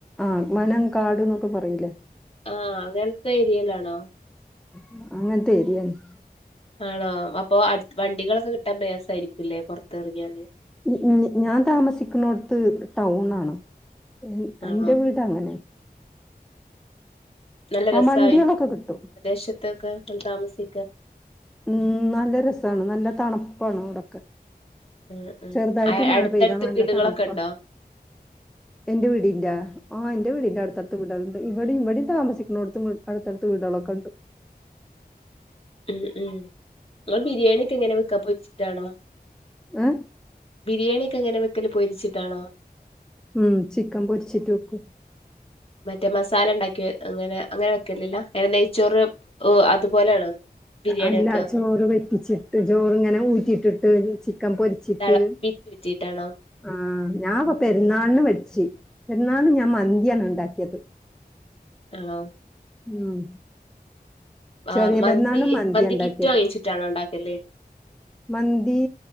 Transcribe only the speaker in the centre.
ആഹ് മനം കാട്ന്നൊക്കെ പറയൂല്ലേ
ഉം അങ്ങനത്തെ ഏരിയാന്ന്
ഉം ഞാൻ താമസിക്കുണോടത്ത് ടൗൺ ആണ് <unintelligible> ഇ
ന്റെ വീട് അങ്ങനെയാ
ആ
വണ്ടികളൊക്കെ കിട്ടും
ഉം നല്ല രസാണ് നല്ല തണുപ്പാണ് അവിടൊക്കെ
ചെർതായിട്ട്
മഴ
പെയ്താ നല്ല
തണുപ്പാ.
എന്റെ വീടിന്റാ ആഹ് എന്റെ വീടിന്റെ അട്ത്തട്ത്ത് വീടള് ഇവടിം ഇവടിം താമസിക്ക്ണോട്ത്തും അട്ത്തട്ത്ത് വീടളൊക്കണ്ട്.
ഏഹ്
ഉം ചിക്കൻ പൊര്ച്ചിട്ട് വെക്കും.
അല്ല
ചോറ് വെറ്റിച്ചിട്ട് ചോറ്ങ്ങനെ ഊറ്റിട്ടിട്ട്. ചിക്കം പൊരിച്ചിട്ട്
ആഹ് ഞാപ്പൊ പെര്ന്നാൾന് വെച്ച്. പെരുന്നാൾന് ഞാൻ മന്തിയാണ് ഇണ്ടാക്കിയത്.
ഉം
ചെറിയ
പെരുന്നാളിന് മന്തിയാ
ഉണ്ടാക്കിയത്
മന്തി